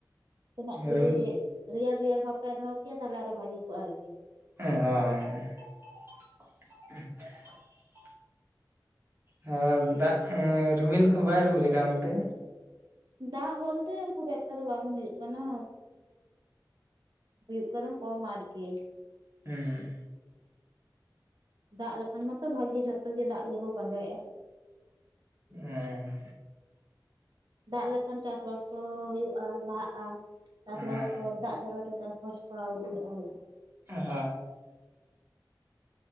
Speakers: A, on the right (about 80°); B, on the right (about 35°).
A: ᱥᱮᱱᱚᱜ ᱡᱩᱫᱤ
B: ᱨᱤᱢ
A: ᱨᱮᱭᱟᱲ ᱨᱮᱭᱟᱲ ᱵᱷᱟᱵ ᱮ ᱫᱚᱦᱚ ᱠᱮᱭᱟ ᱛᱟᱦᱚᱞᱮ ᱟᱨᱚ ᱵᱷᱟᱹᱜᱤ ᱠᱚᱜᱼᱟ ᱟᱨᱠᱤ᱾
B: <unintelligible> ᱦᱮᱸ ᱫᱟᱜ ᱨᱤᱢᱤᱞ ᱠᱚ ᱵᱟᱭ ᱨᱤᱢᱤᱞ ᱟᱠᱟᱫᱼᱟ ᱚᱱᱛᱮ?
A: ᱫᱟᱜ ᱵᱚᱞᱛᱮ ᱠᱷᱩᱵ ᱮᱠᱴᱟ ᱫᱚ ᱵᱟᱝ ᱦᱩᱭᱩᱜ ᱠᱟᱱᱟ᱾ ᱦᱩᱭᱩᱜ ᱠᱟᱱᱟ ᱠᱚᱢ ᱟᱨᱠᱤ᱾
B: ᱦᱮᱸ
A: ᱫᱟᱜ ᱞᱮᱠᱷᱟᱱ ᱢᱟᱛᱚ ᱵᱷᱟᱜᱤ ᱡᱷᱚᱛᱚ ᱜᱮ ᱫᱟᱜ ᱜᱮᱵᱚ ᱯᱟᱸᱡᱟᱭᱮᱫᱼᱟ᱾
B: ᱦᱮᱸ
A: ᱫᱟᱜ ᱞᱮᱠᱷᱟᱱ ᱪᱟᱥᱵᱟᱥ ᱠᱚ ᱦᱩᱭᱩᱜᱼᱟ ᱞᱟᱦᱟᱜᱼᱟ ᱪᱟᱥᱵᱟᱥ
B: ᱦᱮᱸ
A: ᱠᱚ ᱫᱟᱜ ᱡᱟᱞᱟᱛᱮ ᱪᱟᱥ ᱵᱟᱥ ᱠᱚ ᱟᱹᱣᱨᱤᱭᱟ-ᱟ <inaudible>
B: ᱦᱮᱸ